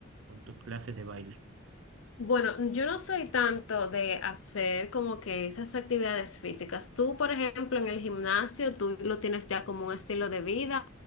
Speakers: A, on the right; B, on the left.
A: con tus clases de baile.
B: Bueno, yo no soy tanto de hacer como que esas actividades físicas. Tú, por ejemplo, en el gimnasio, tú lo tienes ya como un estilo de vida